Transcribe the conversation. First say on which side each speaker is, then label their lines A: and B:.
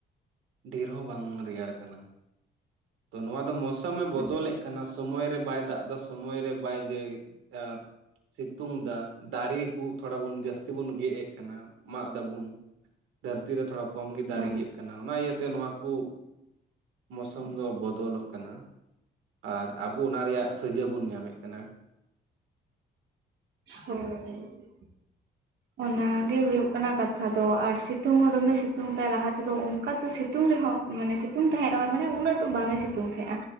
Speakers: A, on the right; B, on the right.
A: ᱰᱷᱮᱨ ᱦᱚᱸ ᱵᱟᱝ ᱨᱮᱭᱟᱲ ᱠᱟᱱᱟ᱾ ᱛᱚ ᱱᱚᱣᱟ ᱫᱚ ᱢᱳᱥᱩᱚᱢᱮ
B: ᱦᱮᱸ
A: ᱵᱚᱫᱚᱞᱮᱫ ᱠᱟᱱᱟ ᱥᱚᱢᱚᱭ ᱨᱮ ᱵᱟᱭ ᱫᱟᱜ ᱥᱮ ᱥᱚᱢᱚᱭ ᱨᱮ ᱵᱟᱭ ᱡᱟᱹ ᱟᱹ ᱥᱤᱛᱩᱝ ᱮᱫᱟ ᱫᱟᱨᱮ ᱠᱚ ᱛᱷᱚᱲᱟ ᱵᱚᱱ ᱡᱟᱹᱥ ᱛᱮᱵᱚᱱ ᱜᱮᱫ ᱮᱫ ᱠᱟᱱᱟ ᱢᱟᱜ ᱫᱟᱵᱚᱱ ᱫᱷᱟᱹᱨᱛᱤ ᱨᱮ ᱛᱷᱚᱲᱟ ᱠᱚᱢ ᱜᱮ ᱫᱟᱨᱮ
B: ᱦᱮᱸ
A: ᱤᱭᱟᱹᱜ ᱠᱟᱱᱟ᱾ ᱚᱱᱟ ᱤᱭᱟᱹᱛᱮ ᱱᱚᱣᱟ ᱠᱩ ᱢᱚᱥᱚᱢ ᱫᱚ ᱵᱚᱫᱚᱞᱚᱜ ᱠᱟᱱᱟ᱾ ᱟᱨ ᱟᱵᱚ ᱚᱱᱟ ᱨᱮᱭᱟᱜ ᱥᱟᱹᱡᱟᱹ ᱵᱚᱱ ᱧᱟᱢᱮᱫ ᱠᱟᱱᱟ᱾
B: ᱦᱳᱭ ᱚᱱᱟ ᱜᱮ ᱦᱩᱭᱩᱜ ᱠᱟᱱᱟ ᱠᱟᱛᱷᱟ ᱫᱚ, ᱟᱨ ᱥᱤᱛᱩᱝ ᱦᱚᱸ ᱫᱚᱢᱮ ᱥᱤᱛᱩᱝ ᱫᱟᱭ ᱞᱟᱦᱟ ᱛᱮᱫᱚ ᱚᱱᱠᱟ ᱥᱤᱛ ᱥᱤᱛᱩᱝ ᱨᱮᱦᱚᱸ ᱢᱟᱱᱮ ᱥᱤᱛᱩᱝ ᱛᱟᱦᱮᱸᱫ ᱨᱮᱦᱚᱸ ᱢᱟᱱᱮ ᱩᱱᱟᱹᱜ ᱫᱚ ᱵᱟᱝ ᱮ ᱥᱤᱛᱩᱝ ᱛᱟᱦᱮᱸᱜᱼᱟ᱾